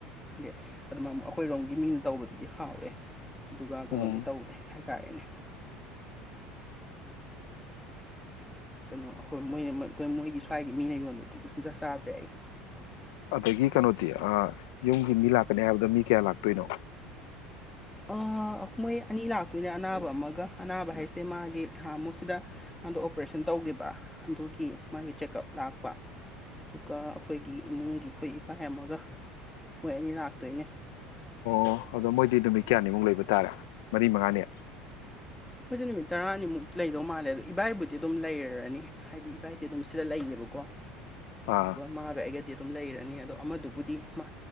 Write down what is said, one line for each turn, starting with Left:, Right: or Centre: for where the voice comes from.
Centre: ꯍꯥꯏꯗꯤ ꯑꯗꯨꯃꯥꯏ ꯑꯩꯈꯣꯏꯔꯣꯝꯒꯤ ꯃꯤꯡꯅ ꯇꯧꯕꯗꯨꯗꯤ ꯍꯥꯎꯋꯦ ꯑꯗꯨꯒ ꯀꯩꯅꯣꯗꯤ
Left: ꯎꯝ
Centre: ꯇꯧꯗꯦ ꯍꯥꯏꯇꯥꯔꯦꯅꯦ ꯀꯩꯅꯣ ꯑꯩꯈꯣꯏ ꯃꯣꯏ ꯃꯣꯏꯒꯤ ꯁ꯭ꯋꯥꯏꯒꯤ ꯃꯤꯅ ꯌꯣꯟꯕꯗꯨꯗꯤ ꯁꯨꯡꯆꯥ ꯆꯥꯗ꯭ꯔꯦ ꯑꯩ
Left: ꯑꯗꯒꯤ ꯀꯩꯅꯣꯗꯤ ꯌꯨꯝꯒꯤ ꯃꯤ ꯂꯥꯛꯀꯅꯤ ꯍꯥꯏꯕꯗꯣ ꯃꯤ ꯀꯌꯥ ꯂꯥꯛꯇꯣꯏꯅꯣ
Centre: ꯑꯃꯥ ꯃꯣꯏ ꯑꯅꯤ ꯂꯥꯛꯇꯣꯏꯅꯦ ꯑꯅꯥꯕ ꯑꯃꯒ ꯑꯅꯥꯕ ꯍꯥꯏꯁꯦ ꯃꯥꯒꯤ ꯅꯍꯥꯃꯨꯛꯁꯤꯗ ꯃꯥꯗꯣ ꯑꯣꯄꯔꯦꯁꯟ ꯇꯧꯈꯤꯕ ꯑꯗꯨꯒꯤ ꯃꯥꯒꯤ ꯆꯦꯛꯑꯞ ꯂꯥꯛꯄ ꯑꯗꯨꯒ ꯑꯩꯈꯣꯏꯒꯤ ꯏꯃꯨꯡꯒꯤ ꯑꯩꯈꯣꯏ ꯏꯕꯥꯏ ꯑꯃꯒ ꯃꯣꯏ ꯑꯅꯤ ꯂꯥꯛꯇꯣꯏꯅꯦ
Left: ꯑꯣ ꯑꯗꯣ ꯃꯣꯏꯗꯤ ꯅꯨꯃꯤꯠ ꯀꯌꯥꯅꯤꯃꯨꯛ ꯂꯩꯕ ꯇꯥꯔꯦ ꯃꯔꯤ ꯃꯉꯥꯅꯤ
Centre: ꯃꯣꯏꯁꯦ ꯅꯨꯃꯤꯠ ꯇꯔꯥꯅꯤꯃꯨꯛ ꯂꯩꯗꯧ ꯃꯥꯜꯂꯦ ꯑꯗꯣ ꯏꯕꯥꯏꯕꯨꯗꯤ ꯑꯗꯨꯝ ꯂꯩꯔꯅꯤ ꯍꯥꯏꯗꯤ ꯏꯕꯥꯏꯗꯤ ꯑꯗꯨꯝ ꯁꯤꯗ ꯂꯩꯌꯦꯕꯀꯣ
Left: ꯑꯥ
Centre: ꯃꯥꯒ ꯑꯩꯒꯗꯤ ꯑꯗꯨꯝ ꯂꯩꯔꯅꯤ ꯑꯗꯣ ꯑꯃꯗꯨꯕꯨꯗꯤ ꯃꯥ